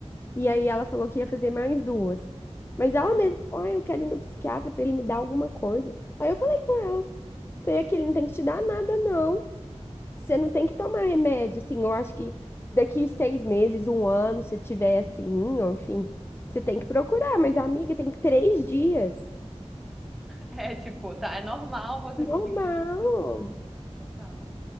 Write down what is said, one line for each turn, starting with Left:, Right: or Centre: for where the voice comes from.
Left: E aí ela falou que ia fazer mais duas. Mas ela
Centre: Uhum.
Left: mesma falou, ah, eu quero ir no psiquiatra pra ele me dar alguma coisa. Aí eu falei com ela, falei que ele não tem que te dar nada, não. Você não tem que tomar remédio, assim. Eu acho que daqui seis meses, um ano, se tiver assim, ou enfim, você tem que procurar. Mas, amiga, tem três dias.
Centre: É, tipo, tá, é normal você
Left: Normal.
Centre: se sentir muito mal, tal.